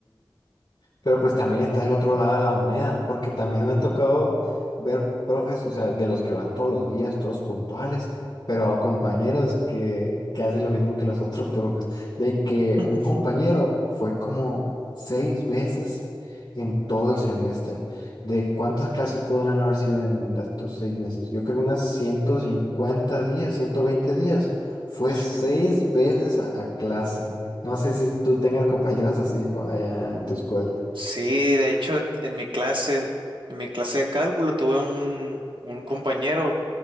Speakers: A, on the left; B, on the right.
A: Pero pues también está el otro lado de la moneda, porque también me ha tocado ver profes, o sea, de los que van todos los días, todos puntuales, pero a compañeros que, que hacen lo mismo que los otros <laughs> profes, de que
B: <laughs>
A: un compañero fue como seis veces en todo el semestre. ¿De cuántas clases pudieron haber sido en estos seis meses? Yo creo unas 150 días, 120 días. Fue
B: Sí.
A: seis veces a a clase. No sé si tú tengas <laughs> compañeros así como allá en tu escuela.
B: Sí, de hecho, en mi clase, en mi clase de cálculo, tuve un, un compañero